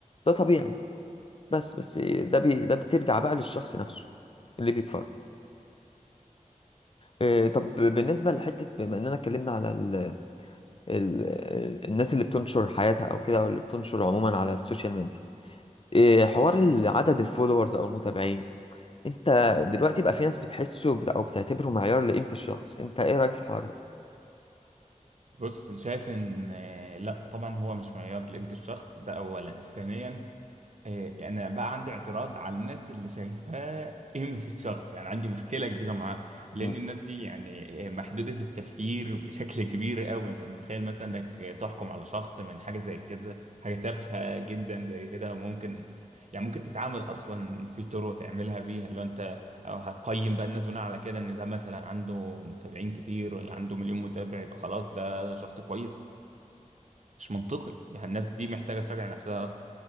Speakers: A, on the left (about 45°); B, on the right (about 60°).
A: ده طبيعي بس بس ده بي ده بترجع بقى للشخص نفسه اللي بيتفرج آه، طب بالنسبة لحتة بما إننا اتكلمنا على ال ال الناس اللي بتنشر حياتها أو كده أو اللي بتنشر عموما على السوشيال ميديا إيه، حوار ال- عدد الفولورز او المتابعين انت دلوقتي بقى في ناس بتحسه بت- او بتعتبره معيار لقيمة الشخص انت ايه رأيك في الحوار ده
B: بص شايف ان آه، لا طبعا هو مش معيار لقيمة الشخص ده اولا ثانيا إيه، انا بقى عندي اعتراض على الناس اللي شايفاه قيمة الشخص يعني عندي مشكلة كبيرة معاهم لان
A: مم.
B: الناس دي يعني إيه، محدودة التفكير بشكل كبير قوي انت متخيل مثلا انك إيه، تحكم على شخص من حاجة زي كده حاجة تافهة جدا زي كده وممكن يعني ممكن تتعامل اصلا في طرق تعملها بيها اللي هو انت أو هتقيم بقى الناس بناء على كده ان ده مثلا عنده متابعين كتير ولا عنده مليون متابع يبقى خلاص ده شخص كويس مش منطقي يعني الناس دي محتاجة تراجع نفسها